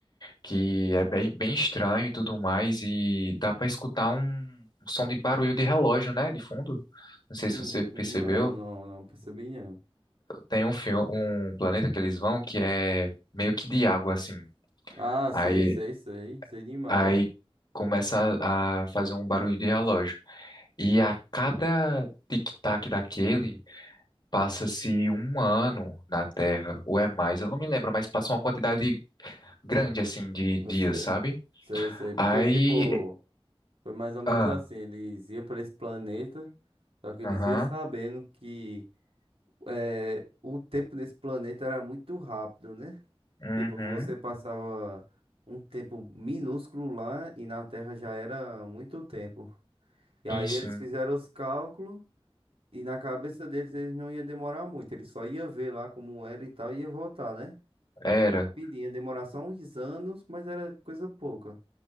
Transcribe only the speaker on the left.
que é bem, bem estranho e tudo mais e dá pra escutar um, um som de barulho de relógio, né, de fundo. Não sei
se você percebeu,
tem um filme um planeta que eles vão que é meio que de água assim.
Aí
aí começa a a fazer um barulho de relógio. E a cada tic-tac daquele Passa-se um ano na Terra, ou é mais, eu não me lembro, mas passa uma quantidade grande, assim, de
dias,
sabe?
Aí.
Ah,
aham,
uhum,
sim, sim,
era,